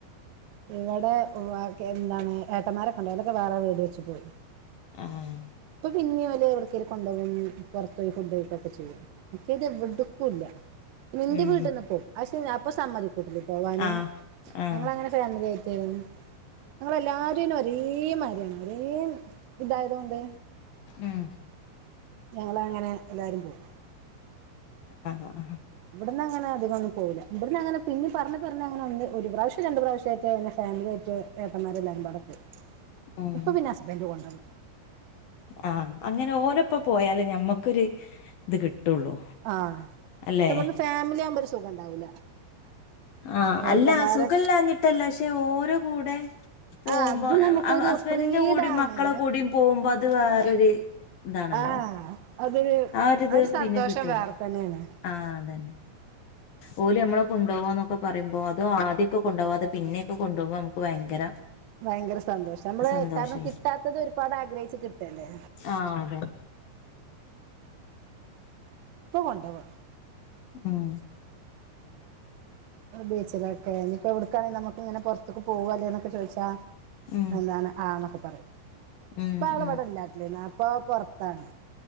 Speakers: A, on the right; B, on the left.
A: ഇവടെ വാക്കേ എന്താണ് ഏട്ടന്മാരൊക്കെണ്ടലൊക്കെ വേറെ വീട് വെച്ചു പോയി
B: ആഹ്
A: ഇപ്പൊ പിന്നെ ഓല് എവിടക്കേൽ കൊണ്ടു പോയി ഫുഡ്ക്കൊക്കെ ചെയ്യും എത് എവിടുക്കുല്ല നന്റെ
B: ഉം
A: വീട്ടിൽന്ന് പോവും പക്ഷെ അപ്പൊ സമ്മതിക്കൂല പോവാന്
B: ആഹ് ആഹ്
A: ഞങ്ങളനെ ഫാമിലിആയിട്ട് ങ്ങളെല്ലാരുംനും ഒരേ മാര്യാണ് ഒരേ ഇതായതൊണ്ട്
B: എഹ്
A: ഞങ്ങള അങ്ങനെ എല്ലാരും പോകും
B: ആ ആ ആ
A: ഇവിടുന്ന് അങ്ങനെ അധികൊന്നും പോവുല്ല ഇവിടുന്ന് അങ്ങനെ പിന്നെ അങ്ങനെ ഒ ഒരു പ്രാവശ്യം രണ്ട് പ്രാവശ്യമായിട്ട്ങ്ങെ ഫാമിലിയായിട്ട് ഏട്ടന്മാരെല്ലാരും ബാടെ പോവും
B: ഉം
A: ഇപ്പൊ പിന്നെ ഹസ്ബൻഡ് കൊണ്ടുവും
B: ആഹ് അങ്ങനെ ഓരോപ്പം പോയാലേ ഞമ്മക്കൊരു ഇത് കിട്ടുള്ളൂ
A: ആഹ് ക്ഷെ
B: അല്ലെ
A: ഇവട്ന്ന് ഫാമിലി ആവുമ്പോ ഒരു സുഖം ഉണ്ടാവൂല
B: ആഹ്
A: ഏട്ടന്മാരെ
B: അല്ല സുഖല്ല അഞ്ഞിട്ടല്ല പക്ഷെ ഓരോ കൂടെ പോകുമ്പോ
A: ആ അത് നമുക്കൊരു
B: ഹസ്ബന്റ്ന്റെ
A: ഫ്രീഡാണ്
B: കൂടിം മക്കളെ കൂടിം പോകുമ്പോ അത് വേറൊരു ഇതാണല്ലോ
A: ആഹ് അതൊരു
B: ആ ഒരിത്
A: അതൊര് സന്തോഷം
B: പിന്നെ കിട്ടൂല
A: വേറെ തന്നെയാണ്
B: ആഹ് അതന്നെ ഓല് നമ്മള കൊഡോവാ എന്നൊക്കെ പറയ്പോ അതോ ആദ്യൊക്കെ കൊണ്ടകവാ അത് പിന്നെയൊക്കെ കൊണ്ടുകുമ്പോ നമുക്ക് ഭയങ്കര
A: ഭയങ്കര സന്തോഷം നമ്മള്
B: സന്തോഷായി
A: കാരണം കിട്ടാത്തത് ഒരുപാട് ആഗ്രഹിച്ചു കിട്ടല്ലേ
B: ആഹ് അതെ
A: ഇപ്പൊ കൊണ്ടോവും
B: ഉം
A: ബീച്ചിലൊക്കെ ഇപ്പൊ എവിടുക്കാണെങ്കിൽ നമുക്ക് ഇങ്ങനെ പുറത്തേക്ക് പോവല്ലേ എന്നൊക്കെ ചോദിച്ചാ
B: ഉം
A: എന്താണ് ആ എന്നൊക്കെ പറയും
B: ഉം
A: ഇപ്പ ആള്
B: ഉം
A: ഇവിടെ ഇല്ലാ നാട്ടില് ഇപ്പൊ പുറത്താണ്